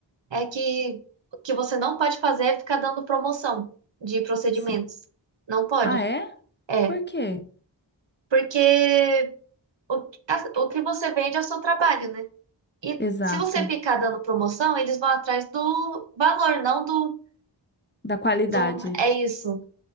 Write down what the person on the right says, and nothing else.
é que o que você não pode fazer é ficar dando promoção de procedimentos.
Não pode.
É,
porque o, que- a- o que você vende é o seu trabalho, né? E
se você ficar dando promoção, eles vão atrás do valor, não do,
do é isso.